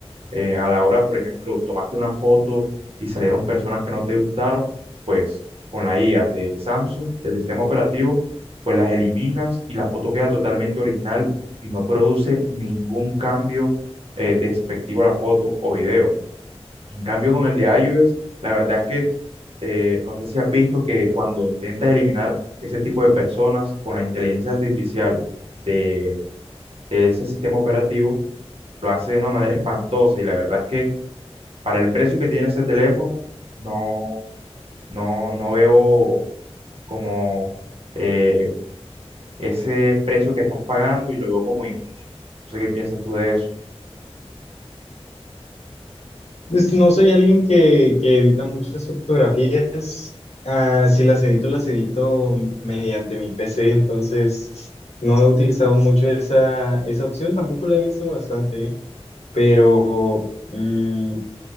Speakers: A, on the right (about 65°); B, on the left (about 80°).
A: eh, a la hora, por ejemplo, tomaste una foto y salieron personas que no te gustaron, pues con la IA de Samsung, del sistema operativo, pues las eliminas y la foto queda totalmente original y no produce ningún cambio eh, despectivo a la foto o video. En cambio, con el de iOS, la verdad es que eh, no sé si has visto que cuando intentas eliminar ese tipo de personas con la inteligencia artificial de, de ese sistema operativo, lo hace de una manera espantosa y la verdad es que para el precio que tiene ese teléfono, no, no, no veo como eh, ese precio que estás pagando y lo veo como injusto. No sé qué piensas tú de eso.
B: Pues no soy alguien que, que edita muchas fotografías, ah, si las edito, las edito mediante mi PC, entonces no he utilizado mucho esa, esa opción, tampoco la he visto bastante, ¿eh? Pero... mm,